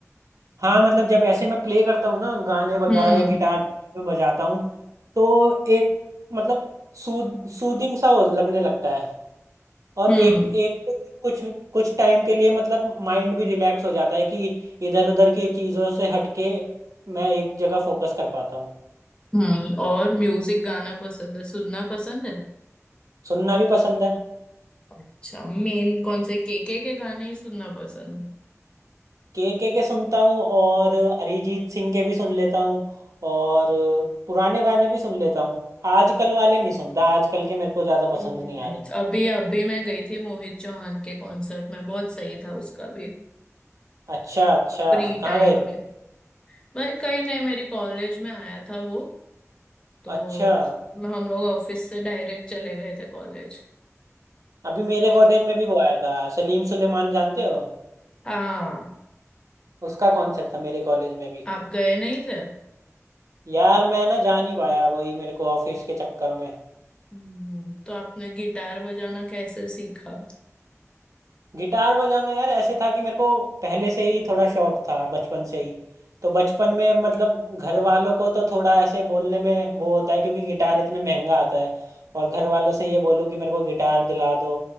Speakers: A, on the right; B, on the left.
A: हाँ मतलब जब ऐसे मैं प्ले करता हूँ ना गाने वगैरह
B: हम्म
A: या गिटार में बजाता हूँ तो एक मतलब सूद सूदिंग सा हो- लगने लगता है और
B: हम्म
A: एक एक कुछ कुछ टाइम के लिए मतलब माइंड भी रिलैक्स हो जाता है कि इधर उधर की चीजों से हटके मैं एक जगह फोकस कर पाता हूँ
B: हम्म और म्यूजिक गाना पसंद है सुनना पसंद है
A: सुनना भी पसंद है
B: अच्छा मेन कौन से केके के गाने ही सुनना पसंद है
A: के के के सुनता हूँ और अरिजीत सिंह के भी सुन लेता हूँ और पुराने गाने भी सुन लेता हूँ आजकल वाले नहीं सुनता आजकल के मेरे को ज्यादा
B: हम्म,
A: पसंद नहीं आ रहे
B: अभी अभी मैं गई थी मोहित चौहान के कॉन्सर्ट में बहुत सही था उसका भी
A: अच्छा अच्छा
B: फ्री
A: कहाँ
B: टाइम
A: गए थे
B: में मैं कहीं नहीं मेरी कॉलेज में आया था वो तो
A: अच्छा
B: हम लोग ऑफिस से डायरेक्ट चले गए थे कॉलेज
A: अभी मेरे
B: हम
A: कॉलेज में भी वो आया था सलीम सुलेमान जानते हो
B: हाँ
A: उसका कॉन्सर्ट था मेरे कॉलेज में भी
B: आप गए नहीं थे
A: यार मैं ना जा नहीं पाया वही मेरे को ऑफिस के चक्कर में
B: हम्म, तो आपने गिटार बजाना कैसे सीखा
A: गिटार बजाना यार ऐसे था कि मेरे को पहले से ही थोड़ा शौक था बचपन से ही तो बचपन में मतलब घर वालों को तो थोड़ा ऐसे बोलने में वो होता है क्योंकि गिटार इतना महंगा आता है और घर वालों से ये बोलूँ कि मेरे को गिटार दिला दो